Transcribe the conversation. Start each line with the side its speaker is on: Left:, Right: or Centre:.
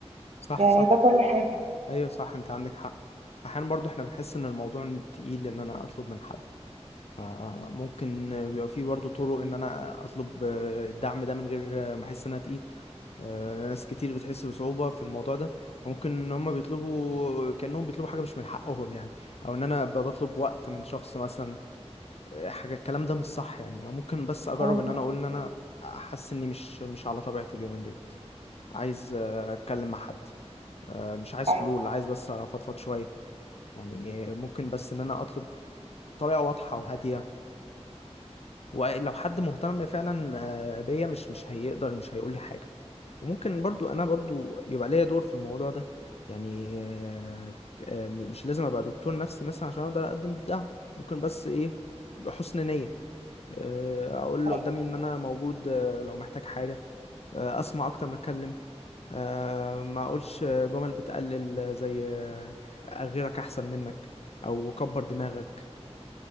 Left: صح
Right: يعني
Left: صح
Right: ده كل حاجة
Left: أيوه صح أنت عندك حق أحيانا برضو إحنا بنحس إن الموضوع تقيل إن أنا أطلب من حد فممكن بيبقى فيه برضه طرق ان انا اطلب الدعم ده من غير ما احس ان انا تقيل آه، ناس كتير بتحس بصعوبة في الموضوع ده ممكن ان هم بيطلبوا كأنهم بيطلبوا حاجة مش من حقهم يعني او ان انا أبقى بطلب وقت من شخص مثلا آه، حاجة الكلام ده مش صح يعني ما ممكن بس اجرب
Right: مم،
Left: ان انا اقول ان انا حاسس اني مش مش على طبيعتي اليومين دولت عايز آه، اتكلم مع حد آه، مش عايز
Right: أيوة
Left: حلول عايز بس افضفض شوية يعني آه، ممكن بس ان انا اطلب طريقة واضحة وهادية ولو حد مهتم فعلا آه، بيا مش مش هيقدر مش هيقول لي حاجة وممكن برضو انا برضو يبقى ليا دور في الموضوع ده يعني آه، آه، مش لازم ابقى دكتور نفسي مثلا عشان اقدر اقدم الدعم ممكن بس ايه بحسن نية آه، اقول اللي
Right: أيوة
Left: قدامي ان انا موجود آه، لو محتاج حاجة آه، اسمع اكتر ما اتكلم آه، ما اقولش جمل بتقلل زي آه، غيرك احسن منك او كبر دماغك